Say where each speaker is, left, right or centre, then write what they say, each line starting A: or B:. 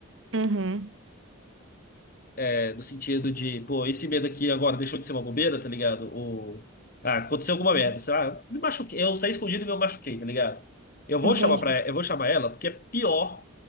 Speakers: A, on the right (about 60°); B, on the left (about 40°).
A: Uhum.
B: é, no sentido de, pô, esse medo aqui agora deixou de ser uma bobeira, tá ligado? Ou, ah, aconteceu
A: Sim,
B: alguma merda, sei lá, me machuquei, eu saí escondido e me machuquei, tá ligado? Eu vou
A: entendi.
B: chamar pra, eu vou chamar ela, porque é pior